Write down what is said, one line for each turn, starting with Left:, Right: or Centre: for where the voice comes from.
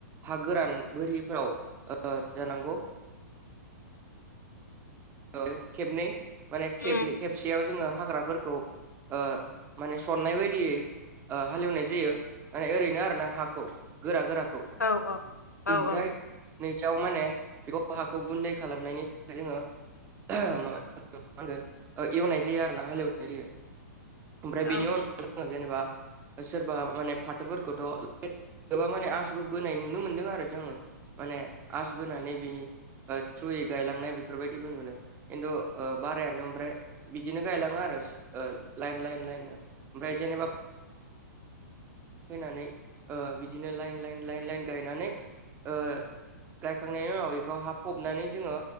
Right: हा गोरान बोरिफोराव ओ जानांगौ ओ खेबनै माने खेबनै
Left: उम
Right: खेबसेयाव जोङो हाग्राफोरखौ ओ माने सननाय बायदियै ओ हालेवनाय जायो माने ओरैनो आरो ना हाखौ गोरा गोराखौ
Left: औ औ औ
Right: ओमफ्राय
Left: औ
Right: नैथियाव माने बेखौ हाखौ गुन्दै खालामनायनि थाखाय जोङो <unintelligible> एवनाय जायो आरो ना हालेवनाय जायो आमफ्राय
Left: औ ओं
Right: बेनि उनाव जोङो जेनेबा ओ सोरबा माने फाथोफोरखौथ' गोबां माने आसबो बोनाय नुनो मोनदों आरो जोङो। माने आस बोनानै बे थ्रुयै गायलांनाय बेफोरबायदि बिदिबो नुदों खिन्थु ओ बारायानो आमफ्राय बिदिनो गायलाङो आरो ओ लाइन लाइन लाइननो ओमफ्राय जेनेबा फोनानै ओ बिदिनो लाइन लाइन लाइन लाइन गायनानै ओ गायखांनायनि उनाव बेखौ हाबफबनानै जोङो